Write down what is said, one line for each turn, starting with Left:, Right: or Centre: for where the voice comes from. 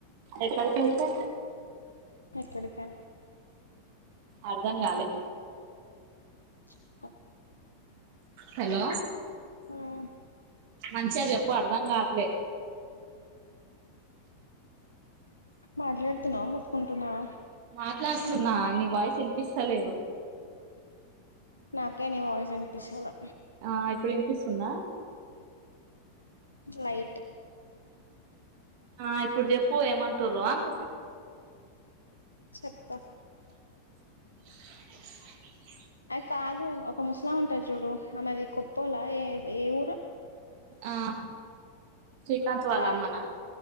Right: ఎక్కడకి ఎళ్తే
Left: ఎక్కడికేనా
Right: అర్ధం గాలే
Left: చ్ అ
Right: హలో
Left: హ్మ్
Right: మంచిగా చెప్పు అర్ధం గాట్లే
Left: మాట్లాడ్తునావ ముతుక్కుటునావ
Right: మాట్లాడుతున్నా నీ వాయిస్ వినిపిస్తలేదు
Left: నాకే నీ వాయిస్ వినిపిస్తలే
Right: ఆ ఇప్పుడు వినిపిస్తుందా
Left: లైట్
Right: ఆ ఇప్పుడు చెప్పు ఏమంటురో అంటున్నా
Left: చెప్పతా
Right: <inaudible>
Left: అది కాదు ఒక ముస్లాం ఉంటాది చూడు ఆ మాది కొత్తల్లా ఏ ఏ ఊరు
Right: ఆ శ్రీకాంత్ వాళ్ళ
Left: రా
Right: అమ్మనా